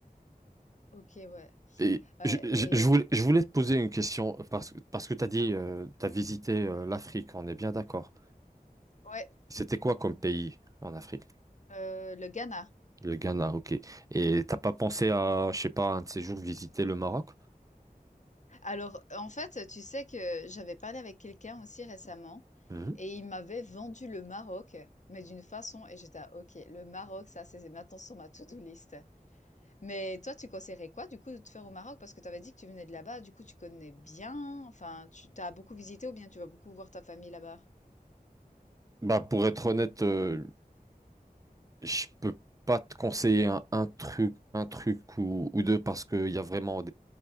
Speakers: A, on the left; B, on the right.
A: ok, ouais.
B: Et
A: Ouais,
B: je, je-
A: et.
B: je voulais, je voulais te poser une question parce, que- parce que tu as dit, tu as visité euh, l'Afrique, on est bien d'accord.
A: Ouais,
B: C'était quoi comme pays en Afrique?
A: euh, le Ghana.
B: Le Ghana, ok. Et t'as pas pensé à, je sais pas, un de ces jours visiter le Maroc?
A: Alors, en fait, tu sais que j'avais parlé avec quelqu'un aussi récemment
B: Mhm.
A: et il m'avait vendu le Maroc, mais d'une façon, et j'étais à, OK, le Maroc, ça, c'est maintenant sur ma to-do list. Mais toi, tu conseillerais quoi, du coup, de te faire au Maroc? Parce que tu avais dit que tu venais de là-bas, du coup, tu connais bien, enfin, tu t'as beaucoup visité ou bien tu vas beaucoup voir ta famille là-bas.
B: Bah, pour être honnête, euh, je peux pas te conseiller un, un truc, un truc ou, ou deux parce qu'il y a vraiment